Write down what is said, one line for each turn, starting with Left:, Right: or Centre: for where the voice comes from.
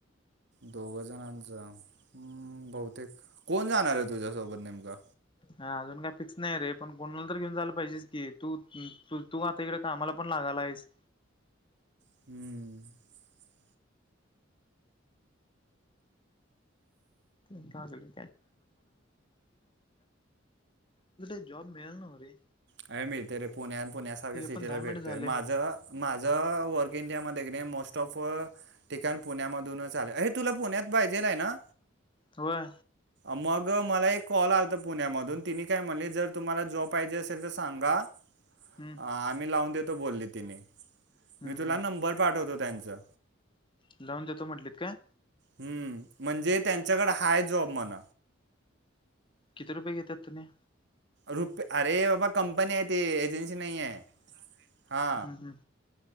Right: दोघ जणांच हूं बहुतेक कोण जाणार आहे तुझ्यासोबत नेमकं.
Left: हा अजून काय फिक्स नाही रे पण कोणाला तर घेऊन जाला पाहिजेस की, तू तु तू आता इकडे कामाला पण लागाला आहेस.
Right: हूं!
Left: <unintelligible> तिकडे जॉब मिळेल ना मले?
Right: काय मिळतय रे पुण्यात आणि पुण्यासारख्या सिटीला
Left: पण दहा
Right: भेटतेय.
Left: मिनिट झाले
Right: माझं- माझं वर्क इंडियामध्ये मोस्ट ऑफ- ठिकाण पुण्यामधूनच आले, ये तुला पुण्यात पाहिजेल आहे ना?
Left: होय
Right: मग मला एक कॉल आलाता पुण्यामधून, तिने काय म्हणले जर तुम्हाला जॉब पाहिजे असे- ल तर सांगा,
Left: हम्म
Right: आम्ही लावून देतो बोलली तिने. मी
Left: हम्म
Right: तुला
Left: हम्म
Right: नंबर पाठवतो त्यांचं.
Left: लावून देतो म्हंटलीत काय?
Right: हम्म, म्हणजे त्यांच्याकडे हाय जॉब म्हण.
Left: किती रुपय घेतात तुने?
Right: रुपे- अरे बाबा कंपनी आहे, ते एजन्सी नाही आहे. हा.
Left: हम्म हम्म